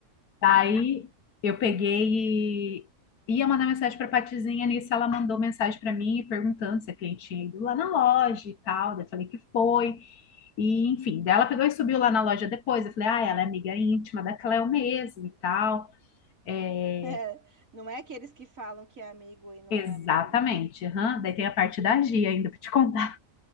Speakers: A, on the left (about 80°); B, on the right (about 60°).
A: Daí eu peguei e ia mandar mensagem pra Patizinha. Nisso ela mandou mensagem pra mim perguntando se a cliente tinha ido lá na loja e tal. Daí eu falei que foi. E enfim, daí ela pegou e subiu lá na loja depois. Eu falei, ah, ela é amiga íntima da Cleo mesmo e tal. É,
B: É, não é aqueles que falam que é amigo e não
A: exatamente.
B: é amigo, né?
A: aham. Daí tem a parte da Gia ainda pra te contar.